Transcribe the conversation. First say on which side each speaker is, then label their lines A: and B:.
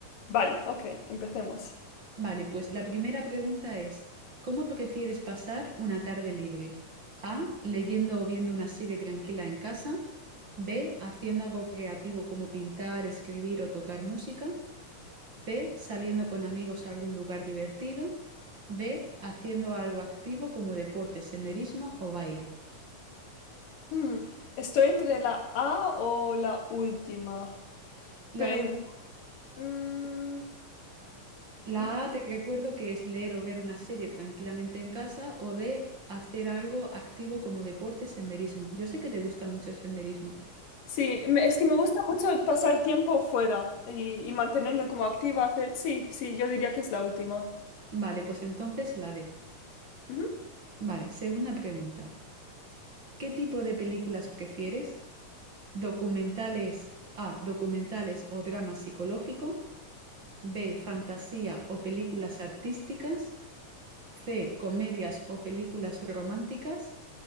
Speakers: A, on the left (about 80°); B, on the right (about 40°).
A: Vale, ok, empecemos.
B: Vale, pues la primera pregunta es, ¿cómo prefieres pasar una tarde libre? A, leyendo o viendo una serie tranquila en casa. B, haciendo algo creativo como pintar, escribir o tocar música. C, saliendo con amigos a algún lugar divertido. D, haciendo algo activo como deporte, senderismo o baile.
A: Mm, estoy entre la A o la última,
B: La,
A: pero igual...
B: ul-
A: mm,
B: la
A: mm, mm.
B: A te recuerdo que es leer o ver una serie tranquilamente en casa o D, hacer algo activo como deporte, senderismo. Yo sé que te gusta mucho el senderismo.
A: Sí, me- es que me gusta mucho pasar tiempo fuera y, y mantenerme como activa, hacer... Sí, sí, yo diría que es la última.
B: Vale, pues entonces la D.
A: Ujú.
B: Vale, segunda pregunta. ¿Qué tipo de películas prefieres? Documentales A, documentales o drama psicológico. B, fantasía o películas artísticas. C, comedias o películas románticas.